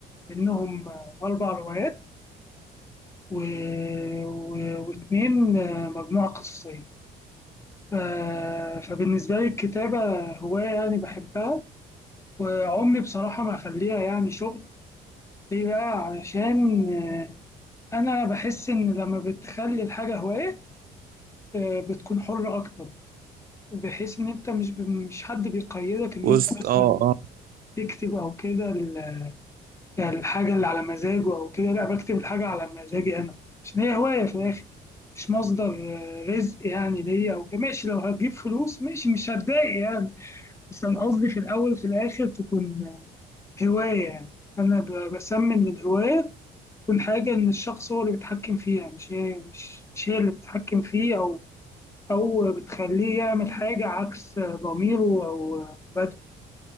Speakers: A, on the left; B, on the right.
A: منهم آه، أربع روايات و... و... واتنين آه، مجموعة قصصية ف... فبالنسبة لي الكتابة هواية يعني بحبها وعمري بصراحة ما أخليها يعني شغل ليه بقى علشان آه، أنا بحس إن لما بتخلي الحاجة هواية آه، بتكون حرة أكتر بحيث ان انت مش مش حد بيقيدك ان
B: وسط
A: انت مثلا
B: اه اه
A: تكتب او كده ال- يعني الحاجه اللي على مزاجه او كده لا بكتب الحاجه على مزاجي انا عشان هي هوايه في الاخر مش مصدر آه، رزق يعني ليا او كده ماشي لو هتجيب فلوس ماشي مش هتضايق يعني بس انا قصدي في الاول وفي الاخر تكون هوايه يعني انا ب- بسمي ان الهوايه تكون حاجه ان الشخص هو اللي بيتحكم فيها مش هي مش مش هي اللي بتتحكم فيه او او بتخليه يعمل حاجه عكس آه، ضميره او آه،